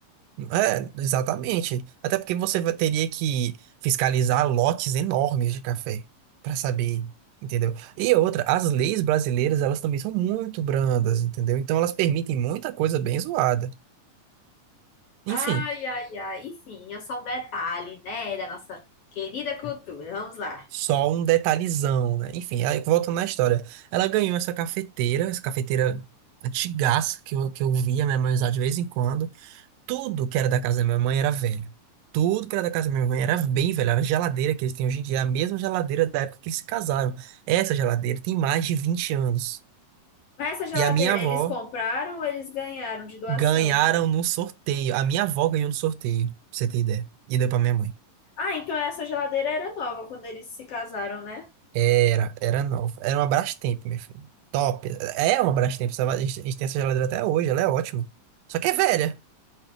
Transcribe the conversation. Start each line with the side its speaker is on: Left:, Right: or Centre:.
Right: É, exatamente. Até porque você vai- teria que fiscalizar lotes enormes de café para saber, entendeu? E outra, as leis brasileiras, elas também são muito brandas, entendeu? Então elas permitem muita coisa bem zoada.
Left: Ai,
Right: Enfim,
Left: ai, ai. Enfim, é só um detalhe, né, da nossa querida cultura. Vamos lá.
Right: só um detalhezão, né? Enfim, aí, voltando na história. Ela ganhou essa cafeteira, essa cafeteira antigaça que eu, que eu via minha mãe usar de vez em quando. Tudo que era da casa da minha mãe era velho. Tudo que era da casa da minha mãe era bem velho. Era a geladeira que eles têm hoje em dia, é a mesma geladeira da época que eles se casaram. Essa geladeira tem mais de 20 anos.
Left: Mas essa geladeira
Right: E a minha avó
Left: eles compraram ou eles ganharam de doação?
Right: ganharam no sorteio. A minha avó ganhou no sorteio, pra você ter ideia. E deu pra minha mãe.
Left: Ah, então essa geladeira era nova quando eles se casaram, né?
Right: Era, era nova. Era uma Brastemp, meu filho. Top. É uma Brastemp. essa- A gente a gente tem essa geladeira até hoje, ela é ótima. Só que é velha.